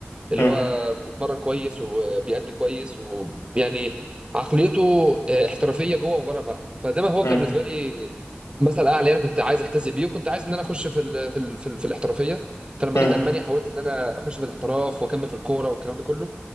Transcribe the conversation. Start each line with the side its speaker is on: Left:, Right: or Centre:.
Right: اللي
Left: مم.
Right: هو بيتمرن كويس وبيأدي كويس ويعني عقليته آه، احترافيه جوه وبره الملعب فده ما هو
Left: مم.
Right: كان بالنسبه لي مثل اعلى انا كنت عايز احتذي بيه وكنت عايز ان انا اخش في ال في ال في, ال في الاحترافيه فلما
Left: مم.
Right: جيت المانيا حاولت ان انا اخش في الاحتراف واكمل في الكوره والكلام ده كله